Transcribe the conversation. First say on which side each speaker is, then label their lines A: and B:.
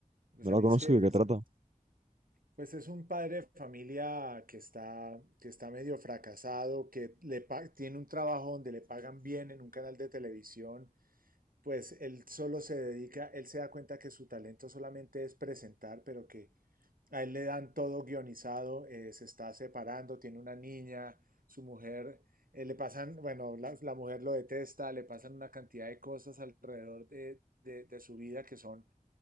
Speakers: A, on the right; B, on the right.
A: Pues
B: No
A: a
B: la
A: mí
B: conozco,
A: es que,
B: ¿de
A: perso-
B: qué trata?
A: pues es un padre de familia que está, que está medio fracasado, que le pa- tiene un trabajo donde le pagan bien en un canal de televisión. Pues él solo se dedica, él se da cuenta que su talento solamente es presentar, pero que A él le dan todo guionizado, eh, se está separando, tiene una niña, su mujer, eh, le pasan, bueno, la, la mujer lo detesta, le pasan una cantidad de cosas alrededor de, de, de su vida que son,